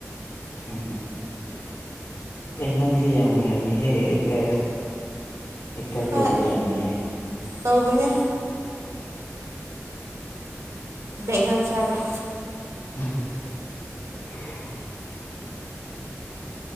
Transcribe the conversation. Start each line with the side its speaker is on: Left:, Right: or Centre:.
Left: ꯍꯝ ꯑꯦ ꯅꯪꯁꯦ ꯌꯥꯝ ꯍꯩꯍꯦ ꯑꯦꯛꯇꯔ ꯑꯦꯛꯇꯔ
Right: ꯍꯣꯏ
Left: ꯇꯧꯕ ꯌꯥꯅꯤꯍꯦ
Right: ꯇꯧꯕꯅꯦ ꯦꯗꯥꯝ ꯆꯇꯣ
Left: <unintelligible>